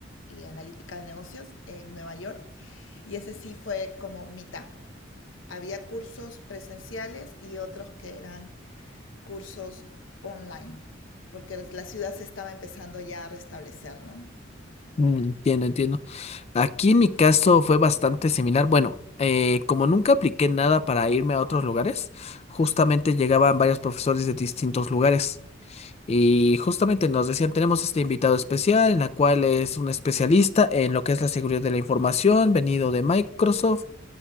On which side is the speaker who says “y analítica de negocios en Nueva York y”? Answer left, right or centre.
Left